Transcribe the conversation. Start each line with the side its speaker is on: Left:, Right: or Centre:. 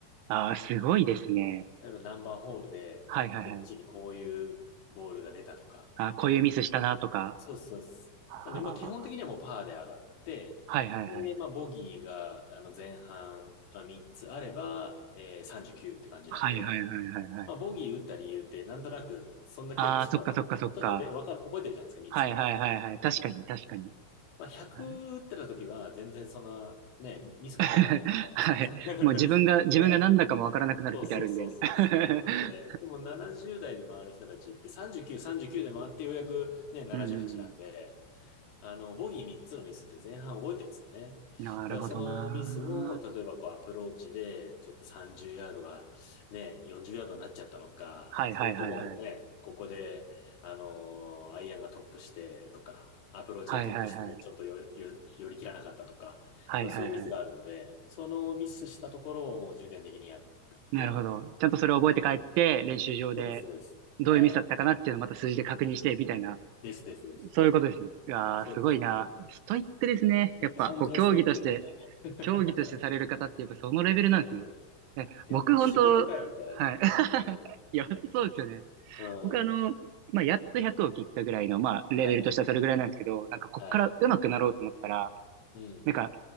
Right: ああ、すごいですね。
Left: 例えば何番ホールで、
Right: はいはいはい。
Left: こっちにこういうボールが出たとか。
Right: あー、こういうミスしたなとか。
Left: そうです、そうです。
Right: はあ、
Left: なので、まあ、基本的にはもうパーで上がって、
Right: はいはいはい。
Left: で、まあ、ボギーが、あの、前半、あ3つあれば、えー、39って感じなんで、
Right: はいはいはいはいはい。
Left: まあ、ボギー打った理由って、なんとなく、そんだけのスコアだったから、
Right: ああ、そっかそっかそっか。
Left: ちょっとで、わかる、覚えてるじゃないですか、3つくらいだったら。
Right: はいはいはいはい。確かに確かに。
Left: うん。まあ、100打ってた時は、
Right: はい
Left: 全然その、ね、ミスばっかりなんで、
Right: <laughs>
Left: 私
Right: はいもう自分が、
Left: <laughs>
Right: 自分が何だかもわからなくなるときあるんで。
Left: ね。そうそうそうそうそう。
Right: <laughs>
Left: なんで、でも70代で回る人たちって39、39で回ってようやくね、78なじゅうはちなんで、
Right: うん。
Left: あの、ボギー3つのミスって前半覚えてるんですよね。
Right: なるほどな。
Left: だからそのミスを、例えばこうアプローチで、ちょっと30ヤードがね、40ヤードになっちゃったのか、
Right: はいはいはいはい。
Left: それともね、ここで、あのアイアンがトップしてとか、アプローチでトップして、
Right: はいはいはい。
Left: ちょっとよ、よ、寄り切らなかったとか、
Right: はいはいはい。
Left: そういうミスがあるんで、そのミスしたところをもう重点的にやって、
Right: なるほど。ちゃんとそれを覚えて帰って、
Left: うん。
Right: 練習場で
Left: そうです、そうです。
Right: どういうミスだったかなっていうのをまた数字で確認して、
Left: はい。
Right: みたいな。
Left: です、です、です。
Right: そういうことですね。いやー、
Left: そうですね。
Right: すごいな。ストイックですね。
Left: ね、
Right: やっぱ、
Left: 完全ステイックですよね。
Right: こう、競技として、
Left: <laughs>
Right: 競技としてされる方って、やっぱそのレベルなんですね。
Left: うん。い
Right: え、
Left: や、
Right: 僕、
Left: もう仕事かよ、
Right: 本当はい。
Left: みたいなね。
Right: <laughs>
Left: うん。
Right: いや、そうですよね。
Left: うん。
Right: 僕、あの、まあ、やっと100を切ったぐらいの、まあ、レベルとしてはそれぐらいなんですけど、
Left: はい。
Right: なんか、こっから上手くなろうと思ったら、
Left: はい。うん。
Right: なんか、